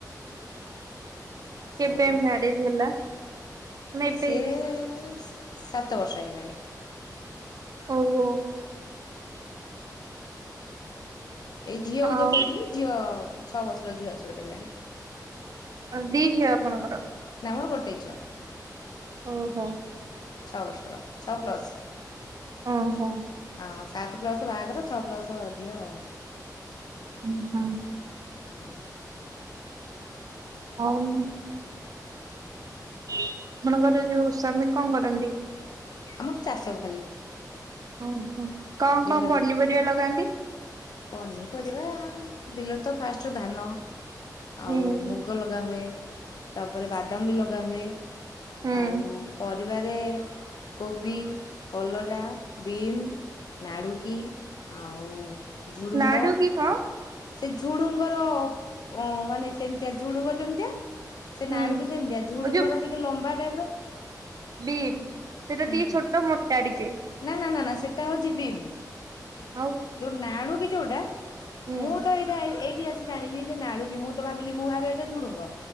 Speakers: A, on the left; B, on the right.
A: ଆଉ
B: କେବେ ମ୍ୟାରେଜ ହେଲା? ନା ଏବେ
A: ସେି
B: ହେଇଛି
A: ସାତ ବର୍ଷ ହେଇଗଲାଣି।
B: ଓହୋ।
A: ଏଇ ଝିଅ
B: ହଁ
A: କୁ ଯୋଉ କହୁଥିଲି ଝିଅ ଛଅ ବର୍ଷର ଝିଅ ଆସି ଗୋଟେ ହେଲାଣି।
B: ଦିଝିଅ ଆପଣଂକର?
A: ନାମ ଗୋଟେ ଝିଅ।
B: ଓହୋ।
A: ଛଅ ବର୍ଷର ଛଅ ପ୍ଲସ୍
B: ଓହୋ।
A: ହଁ ସାତ ପ୍ଲସ ବାହାଘର ଛଅ ପ୍ଲସ ଝିଅ ଆଉ।
B: ହଁ ହଁ।
A: ଉଁ ହୁଁ
B: ହଉ ଆପଣଙ୍କର ଯୋଉ ସ୍ଵାମୀ କଣ କରନ୍ତି?
A: ଆମର ଚାଷ ଖାଲି।
B: ଓହୋ କଣ
A: ବିଲରେ
B: କଣ ପନିପରିବା ଲଗାନ୍ତି?
A: ପନିପରିବା ବିଲରେ ତ ଫାଷ୍ଟ ଧାନ ଆଉ
B: ହୁଁ
A: ମୁ ମୁଗ ଲଗାହୁଏ ତାପରେ ବାଦାମ ବି ଲଗାହୁଏ
B: ହୁଁ
A: ଆଉ ପ ପରିବାରେ କୋବି କଲରା ବିମ୍ ନାଡ଼ୁକି ଆଉ ଝୁଡ଼ୁଙ୍ଗ
B: ନାଡୁକି କଣ?
A: ସେ ଝୁଡୁଙ୍ଗର ଅ ମାନେ ସେମିତିଆ ଝୁଡୁଙ୍ଗ ଯେମିତିଆ। ସେ ନାଡୁକୁ
B: ହୁଁ
A: ସେମିତିଆ ଝୁଡୁଙ୍ଗର
B: ଓ
A: ଟିକେ ଲମ୍ବା ଟାଇପ ର।
B: ବି ସେଟା
A: ହୁଁ
B: ଟିକେ ଛୋଟ ମୋଟା ଟିକେ।
A: ନା ନା ନା ନା ସେଟା ହଉଚି ଵିମ।
B: ଆଉ।
A: ଯୋଉ ନାଡୁକି ଯୋଉଟା
B: ହୁଁ
A: ମୁଁ ତ ଏଇଟା ଏଇଠି ଆସି ଜାଣିଲି ଜେ ନାଡୁକି ମୁଁ ତ ଭାବିଲି ମୁଁ ଭାବେ ଏଟା ଝୁଡୁଙ୍ଗ।